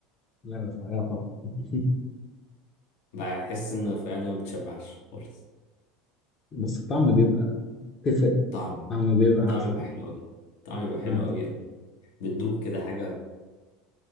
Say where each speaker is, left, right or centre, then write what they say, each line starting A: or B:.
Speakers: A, on the left; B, on the left.
A: لا رفيعة طبعا <laughs>
B: بحس إن الرفيعة دي ما بتشبعش خالص
A: بس الطعم بيبقى تفرق
B: طعم
A: الطعم بيبقى
B: طعم
A: أحسن
B: يبقى حلو أوي طعم يبقى حلو
A: آه.
B: أوي أوي بتدوب كده حاجة